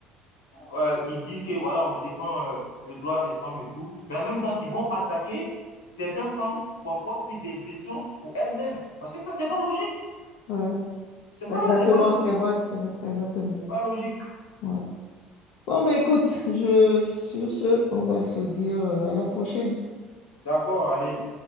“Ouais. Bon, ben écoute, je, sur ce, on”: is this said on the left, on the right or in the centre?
Left